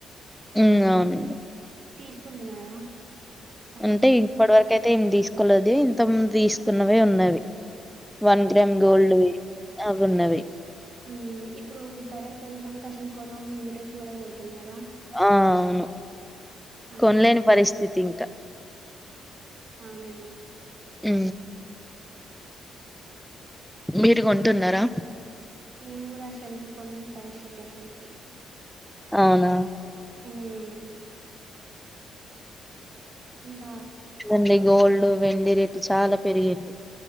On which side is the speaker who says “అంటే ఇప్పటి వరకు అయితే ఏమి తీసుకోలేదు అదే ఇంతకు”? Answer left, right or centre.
Centre